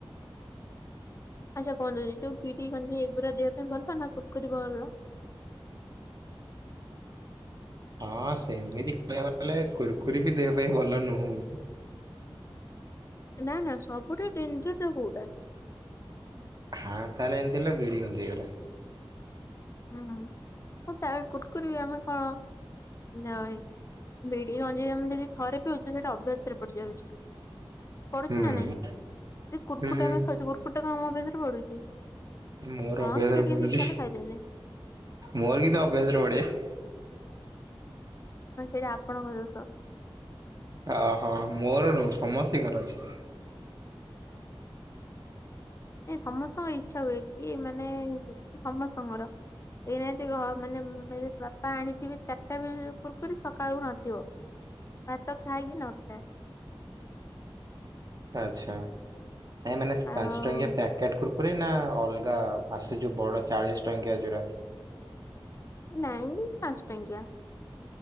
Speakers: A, on the left (about 30°); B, on the right (about 40°).
A: ଆଚ୍ଛା କୁହନ୍ତୁ ଏ ଯୋଉ ବିଡିି ଗଞ୍ଜେଇ ଏଗୁରା ଦେହ ପାଇଁ ଭଲ ନା କୁର୍କୁରି ଭଲ।
B: ହଁ ସେମିତି କହିବାକୁ ଗଲେ କୁୁରକୁରି ବି ଦେହ ପାଇଁ ଭଲ ନୁହଁ।
A: ନା ନା ସବୁଠୁ ଡେଞ୍ଜର ଟା କୋଉଟା।
B: ହଁ ତାଲେ ଏମତି ହେଲେ ବିଡ଼ି ଗଞ୍ଜେଇ ଗୁରା।
A: ହୁଁ <unintelligible> କୁରୁକୁରି ଆମେ କଣ ନାଇଁ ବିଡି ଗଞ୍ଜେଇ ଯେମିତି କି ଥରେ ପିଉଛନ୍ତି ସେଇଟା ଅଭ୍ୟାସ ରେ ପଡିଯାଉଛି। ପଢୁଚି
B: ହୁଁ।
A: ନା ନାଇଁ, ଏ କୁରକୁରି
B: ହୁଁ
A: ଟା ଆମେ ଖାଉଛୁ କୁରକୁରି ଟା କଣ ଆମ ଅଭ୍ୟାସରେ ପଡୁଛି।
B: ମୋର
A: ହଁ
B: ଅଭ୍ୟାସରେ
A: କେତେବେଳେ
B: ପଡୁଚି,
A: କେମିତି ଇଚ୍ଛା ହେଲା ଖାଇଦେଲେ
B: ମୋର କିନ୍ତ ଅଭ୍ୟାସରେ ପଡ଼ିଯାଉ-
A: <inaudible> ହଁ ସେଇଟା ଆପଣଙ୍କ ଦୋଷ।
B: ଓହୋ ମୋର ନୁହଁ ସମସ୍ତିଙ୍କର ଅଛି
A: ସମସ୍ତଙ୍କ ଇଛା ହୁଏ କି ମାନେ ସମସ୍ତଙ୍କର ଏଇନାଇ ଯେ ଘ ମାନେ ବାପା ଆଣିଥିବେ ଚାରିଟା ବି କୁରୁକୁରୀ ସକାଳକୁୁ ନଥିବ ଭାତ ଖାଏକି ନ ଖାଏ
B: ଆଚ୍ଛା ଆ ମାନେ ସେ
A: ଆଉ
B: ପାଞ୍ଚ ଟଙ୍କିଆ ପ୍ୟାକ୍ କେଟ୍ କୁରକୁରେ ନା ଅଲଗା ଆସେ ଯୋଉ ବଡ ଚାଳିଶ ଟଙ୍କିଆ ଯଉଟା
A: ନାଇଁ ପାଞ୍ଚ ଟଙ୍କିଆ